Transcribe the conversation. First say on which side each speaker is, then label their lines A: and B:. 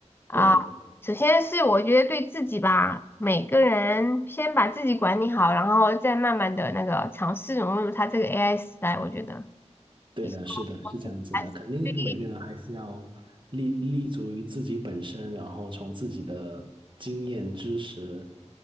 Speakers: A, on the left (about 20°); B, on the right (about 45°).
A: 啊。
B: 对，
A: 首先是我觉得对自己吧，每个人先把自己管理好，然后再慢慢的那个尝试融入它这个 AI 时代，我觉得
B: 对的，
A: 比较
B: 是的，是这样子的，
A: 还是对
B: 肯定是每个人还是要立立足于自己本身，然后从自己的经验、知识